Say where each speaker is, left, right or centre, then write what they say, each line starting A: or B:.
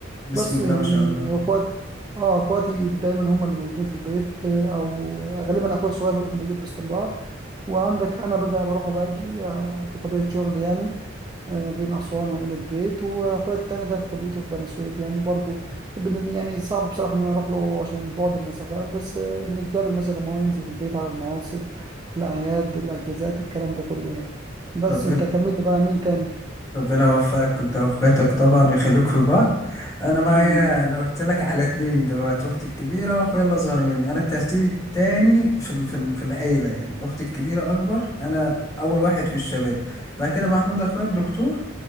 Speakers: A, on the left; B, on the right.
A: بسم
B: بس
A: الله
B: يعني
A: ما شاء الله
B: اخوات اه اخواتي دايما هم اللي موجودين في البيت آه، او غالبا اخويا الصغير هو اللي موجود باستمرار وعندك انا بقى بروح وباجي آه، بطبيعه شغلي يعني آه، ما بين أسوان وبين البيت وأخويا التاني ده في كليته في بني سويف يعني برضو بن- يعني صعب بصراحة إن أنا أروح له عشان بعد المسافات بس آه، بنتقابل مثلا لما هو ينزل في البيت على المواسم الأعياد الأجازات الكلام ده كله يعني بس
A: ربنا
B: أنت كمل لي بقى مين تاني
A: ربنا يوفقك انت واخواتك طبعا ويخليكوا لبعض انا معايا
B: آمين يا رب
A: انا قلت لك على اتنين دلوقتي اختي الكبيره واخويا اللي اصغر مني انا الترتيب التاني في ال- في ال- في العيله يعني اختي الكبيره اكبر انا اول واحد في الشباب بعد كده محمود اخويا الدكتور